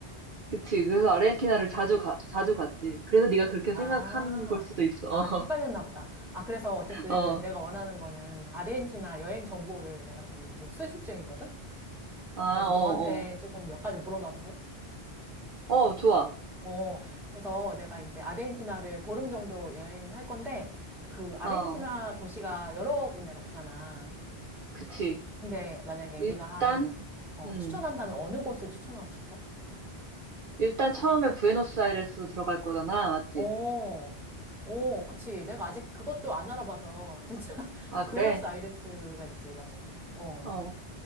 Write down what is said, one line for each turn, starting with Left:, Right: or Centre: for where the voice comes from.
Right: 그치. 그래서 아르헨티나를 자주 가, 자주 갔지. 그래서 네가 그렇게
Centre: 아,
Right: 생각한 걸 수도 있어.
Centre: 아, 네, 헷갈렸나 보다. 아, 그래서 어쨌든
Right: <laughs> 어, 어.
Centre: 내가 원하는 거는 아르헨티나 여행 정보를 내가 지금 좀 수집 중이거든?
Right: 아,
Centre: 그래서
Right: 어,
Centre: 너한테
Right: 어.
Centre: 조금 몇 가지 물어봐도 돼?
Right: 어, 좋아.
Centre: 어, 그래서 내가 이제 아르헨티나를 보름 정도 여행할 건데, 그 아르헨티나
Right: 어,
Centre: 도시가 여러 군데가 있잖아.
Right: 그치.
Centre: 근데 만약에
Right: 일단,
Centre: 네가 한, 어,
Right: 음,
Centre: 추천한다면 어느 곳을 추천하고 싶어?
Right: 일단 처음에 부에노스아이레스로 들어갈 거잖아. 맞지?
Centre: 어, 어, 그치. 내가 아직 그것도 안 알아봐서, 진짜. <laughs>
Right: 아,
Centre: 아,
Right: 그래?
Centre: 부에노스아이레스가 있지, 맞아. 어,
Right: 어.